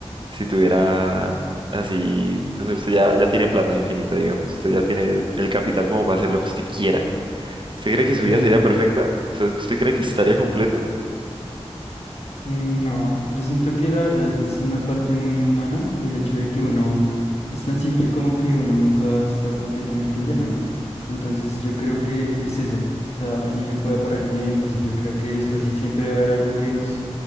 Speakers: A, on the right (about 45°); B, on the left (about 70°).
A: si tuviera así, o sea, usted ya, ya tiene plata infinita, digamos, usted ya tiene el capital como para hacer lo que usted quiera? ¿Usted cree que
B: Ok.
A: su vida sería perfecta? O sea, ¿usted cree que estaría completa?
B: No, yo siento que la verdad esa es una parte muy humana, el hecho de que uno es tan simple como que uno nunca va a estar completamente lleno, ¿no? Entonces yo creo que es eso, o sea, así yo pueda parar el tiempo, así yo creo que esto, así siempre va a haber algo que nos